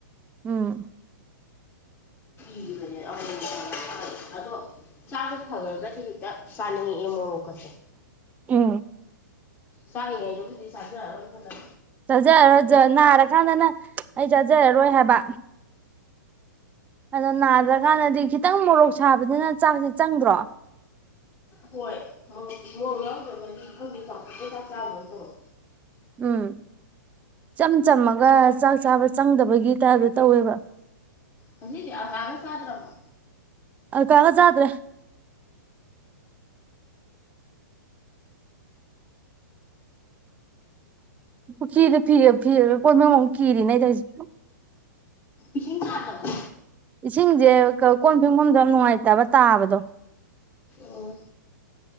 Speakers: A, on the right (about 15°); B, on the left (about 20°).
A: ꯎꯝ
B: <unintelligible> ꯑꯗꯣ ꯆꯥ ꯐꯒꯔꯒꯗꯤ ꯍꯤꯛꯇ꯫ ꯆꯥꯅꯤꯉꯤ ꯑꯦ ꯃꯣꯔꯣꯛꯀꯁꯦ꯫
A: ꯎꯝ
B: ꯆꯥꯔꯥꯉꯩꯗꯕꯨꯗꯤ ꯆꯥꯖꯑꯔꯣꯏ ꯈꯜꯂꯒ꯫
A: ꯆꯥꯖꯔꯔꯣꯏ ꯅꯥꯔꯀꯥꯟꯗꯅ ꯑꯩ ꯆꯥꯖꯔꯔꯣꯏ ꯍꯥꯏꯕ꯫ ꯑꯗꯣ ꯅꯥꯗ꯭ꯔꯀꯥꯟꯗꯗꯤ ꯈꯤꯇꯪ ꯃꯣꯔꯣꯛ ꯁꯥꯕꯁꯤꯅ ꯆꯥꯛꯁꯤ ꯆꯪꯗ꯭ꯔꯣ꯫
B: ꯍꯣꯏ ꯃꯣꯔꯣꯛ ꯃꯣꯔꯣꯛ ꯌꯥꯎꯗ꯭ꯔꯒꯗꯤ ꯈꯪꯗꯦ ꯆꯥꯎꯇꯛꯅ ꯆꯥꯛ ꯆꯥꯕꯗꯧ ꯇꯧꯋꯦ꯫
A: ꯎꯝ ꯏꯆꯝ ꯆꯝꯃꯒ ꯆꯥꯛ ꯆꯥꯕ ꯆꯪꯗꯕꯒꯤ ꯇꯥꯏꯞꯇ ꯇꯧꯋꯦꯕ꯫
B: ꯉꯁꯤꯗꯤ ꯑꯀꯥꯒ ꯆꯗ꯭ꯔꯔꯕꯣ꯫
A: ꯑꯀꯥꯒ ꯆꯥꯗ꯭ꯔꯦ꯫ ꯄꯨꯈꯤꯗ ꯐꯤꯌꯦ ꯐꯤꯔ꯫ ꯑꯣ ꯅꯪꯃꯑꯣꯡ ꯀꯤꯔꯤꯅꯦ ꯑꯩꯗꯤ ꯍꯧꯖꯤ꯫
B: ꯏꯁꯤꯡ ꯊꯥꯗ <unintelligible>
A: ꯏꯁꯤꯡꯁꯦ ꯀꯣꯟ ꯐꯦꯡꯐꯝꯗꯣ ꯅꯨꯡꯉꯥꯏꯇꯕ ꯇꯥꯕꯗꯣ꯫
B: ꯑꯣ